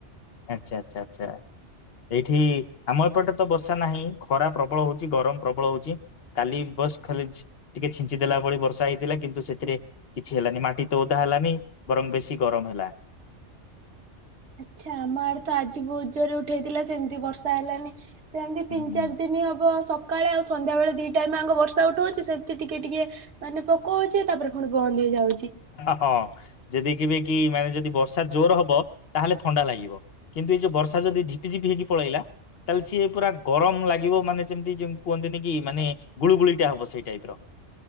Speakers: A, on the left (about 60°); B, on the right (about 70°).
A: ଆଚ୍ଛା ଆଚ୍ଛା ଆଚ୍ଛା ଏଇଠି ଆମ ଏପଟେ ତ ବର୍ଷା ନାହିଁ ଖରା ପ୍ରବଳ ହଉଛି ଗରମ ପ୍ରବଳ ହଉଛି କାଲି ବସ୍ ଖାଲି ଛି ଟିକେ ଛିଞ୍ଚି ଦେଲା ଭଳି ବର୍ଷା ହେଇଥିଲା କିନ୍ତୁ ସେଥିରେ କିଛି ହେଲାନି ମାଟି ତ ଓଦା ହେଲାନି ବରଂ ବେଶୀ ଗରମ ହେଲା।
B: ଆଚ୍ଛା ଆମ ଆଡେ ତ ଆଜି ବହୁତ ଜୋରେ ଉଠେଇଥିଲା ସେମିତି ବର୍ଷା ହେଲାନି ସେମିତି
A: ହୁଁ
B: ତିନି ଚାରି ଦିନ ହବ ସକାଳେ ଆଉ ସନ୍ଧ୍ୟାବେଳେ ଦି ଟାଇମ ଆଙ୍କ ବର୍ଷା ଉଠଉଚି ସେମିତି ଟିକେ ଟିକେ ମାନେ ପକଉଚି ତାପରେ ପୁଣି ବନ୍ଦ ହେଇଯାଉ
A: ହଁ। ଯଦ କେବେ କି ମାନେ ଯଦି ବର୍ଷା ଜୋର ହବ ତାହେଲେ ଥଣ୍ଡା ଲାଗିବ କିନ୍ତୁ ଏଇ ଯୋଉ ବର୍ଷା ଯଦି ଝିପିଝିପି ହେଇକି ପଳେଇଲା ତାହେଲେ ସିଏ ପୁରା ଗରମ ଲାଗିବ ମାନେ ଯେମିତି ଯେମିତି କୁହନ୍ତିନି କି ମାନେ ଗୁଳୁଗୁଳିଟା ହବ ସେଇ ଟାଇପର।